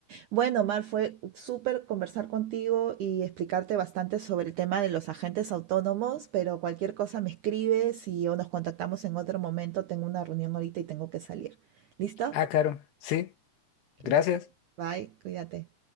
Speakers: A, on the right; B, on the left.
A: Bueno, Mar, fue súper conversar contigo y explicarte bastante sobre el tema de los agentes autónomos, pero cualquier cosa me escribes y o nos contactamos en otro momento. Tengo una reunión ahorita y tengo que salir. ¿Listo?
B: Ah, claro. Sí. Gracias.
A: Li- Bye, cuídate.